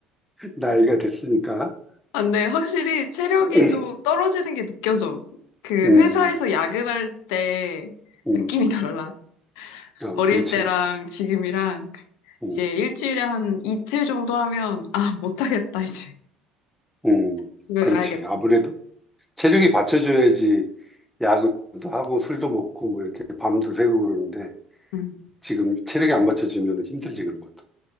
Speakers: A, in the centre; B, on the left.
A: 나이가 됐으니까.
B: 아, 근데 확실히 체력이
A: <clears throat>
B: 좀 떨어지는 게 느껴져. 그
A: 음,
B: 회사에서 야근할 때
A: 음,
B: 느낌이 달라.
A: 어,
B: 어릴
A: 그렇지.
B: 때랑 지금이랑
A: 음,
B: 이제 일주일에 한 이틀 정도 하면 아, 못하겠다, 이제.
A: 음,
B: 집에
A: 그렇지.
B: 가야겠다.
A: 아무래도 체력이 받쳐줘야지 야구도 하고 술도 먹고 뭐 이렇게 밤도 새고 그러는데
B: 응,
A: 지금 체력이 안 받쳐지면 힘들지, 그런 것도.